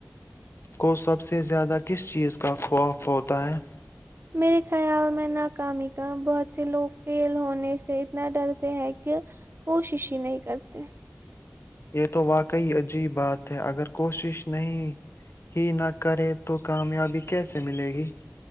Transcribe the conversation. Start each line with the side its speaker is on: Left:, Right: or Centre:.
Left: کو سب سب سے زیادہ کس چیز کا وہ پتا ہے
Right: میرے خیال میں ناکامی کا بہت سے لوگ کیل ہونے سے اتنا ڈرتے ہیں کہ کوشش ہی نہیں کرتے
Left: یہ تو واقعی عجیب بات ہے اگر کوشش نہیں ہی نہ کرے تو کامیابی کیسے ملے گی